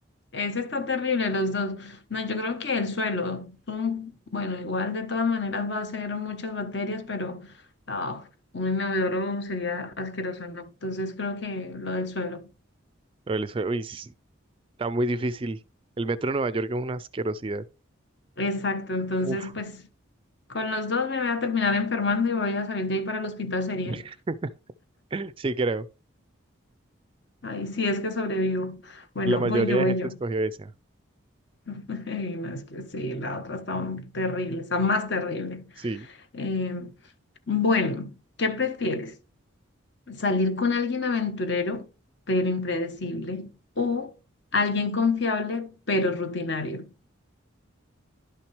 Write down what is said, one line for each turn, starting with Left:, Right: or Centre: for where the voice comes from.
Left: ese está terrible, los dos. No, yo creo que el suelo, un- bueno, igual de todas maneras va a ser muchas bacterias, pero no, un inodoro sería asqueroso, ¿no? Entonces creo que lo del suelo.
Right: Pero el sue- uy, sí, Está muy difícil. El metro de Nueva York es una asquerosidad.
Left: Exacto, entonces
Right: Uf.
Left: pues con los dos me voy a terminar enfermando y voy a salir de ahí para el hospital sería.
Right: <laughs> Sí, creo.
Left: Ay, si es que sobrevivo. Bueno,
Right: La mayoría
Left: voy yo,
Right: de
Left: voy
Right: gente
Left: yo.
Right: escogió esa.
Left: <laughs> Y no, es que sí, la otra está un- terrible, está más terrible.
Right: Sí.
Left: Eh, bueno, ¿qué prefieres? ¿Salir con alguien aventurero pero impredecible o alguien confiable pero rutinario?